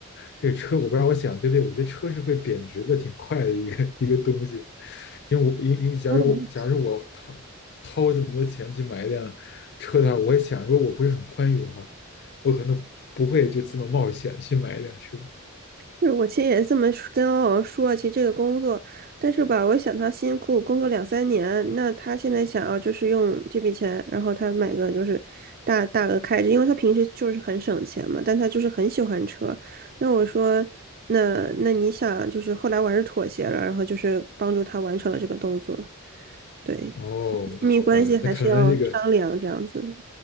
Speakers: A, on the left (about 50°); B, on the right (about 45°).
A: 这个车，我不知道我想对不对，我觉得车是会贬值的，挺快的一个一个东西。因为我因为因为假如我假如我掏掏这么多钱去买一辆车的话，
B: 说的没有错。
A: 我也想，如果我不是很宽裕的话，我可能不会就这么冒险去买一辆车。
B: 是我其实也这么说跟欧阳说啊，其实这个工作，但是吧，我想他辛苦工作两三年，那他现在想要就是用这笔钱，然后他买个就是大大额开支，因为他平时就是很省钱嘛，但他就是很喜欢车。那我说，那那你想，就是后来我还是妥协了，然后就是帮助他完成了这个动作。对，
A: 哦，
B: 亲密关系还是要商量这样子。
A: 那好吧，那看来这个